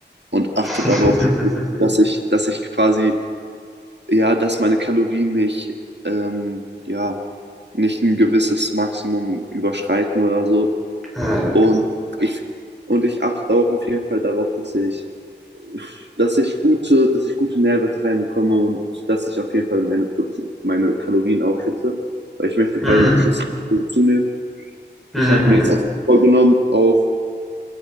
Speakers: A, on the right; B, in the centre.
A: und achte
B: <laughs>
A: darauf, dass ich, dass ich quasi, ja, dass meine Kalorien nicht, ähm, ja, nicht ein gewisses Maximum überschreiten oder so.
B: Ja, ja,
A: Und ich, und ich achte auch auf jeden Fall darauf, dass ich dass ich gute, dass ich gute Nährwerte reinbekomme und dass ich auf jeden Fall meine, Protein, meine Kalorien auch hitte, weil ich möchte
B: Mhm.
A: gerade noch ein bisschen zunehmen.
B: Mhm,
A: Ich habe mir jetzt auch vorgenommen, auf,